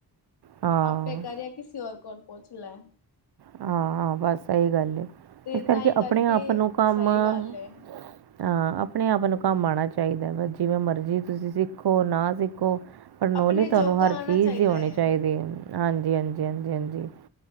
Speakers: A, on the right (about 75°); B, on the left (about 80°).
A: ਹਾਂ
B: ਆਪ ਪੇ ਕਰ ਜਾਂ ਕਿਸੀ ਔਰ ਕੋਰ ਪੱਛ ਲੈ ਹੈ।
A: ਹਾਂ, ਹਾਂ ਬਸ ਓਹੀ ਗੱਲ ਏ
B: ਤੇ
A: ਇਸ ਕਰਕੇ
B: ਤਾਂਹੀ
A: ਆਪਣੇ ਆਪ ਨੂੰ ਕੰਮ
B: ਸਹੀ
A: ਹਾਂ
B: ਗੱਲ ਏ
A: ਆਪਣੇ ਆਪ ਨੂੰ ਕੰਮ ਆਣਾ ਚਾਹੀਦਾ ਬ ਜਿਵੇਂ ਮਰਜ਼ੀ ਤੁਸੀਂ ਸਿੱਖੋ ਨਾ ਸਿੱਖੋ। ਪਰ ਨੋਲੇਜ
B: ਆਪਣੇ
A: ਤੁਹਾਨੂੰ
B: ਜੋਗਾ
A: ਹਰ
B: ਆਣਾ
A: ਚੀਜ਼
B: ਚਾਹੀਦਾ
A: ਦੀ ਹੋਣੀ
B: ਏ
A: ਚਾਹੀਦੀ, ਹਾਂਜੀ, ਹਾਂਜੀ ਹਾਂਜੀ, ਹਾਂਜੀ।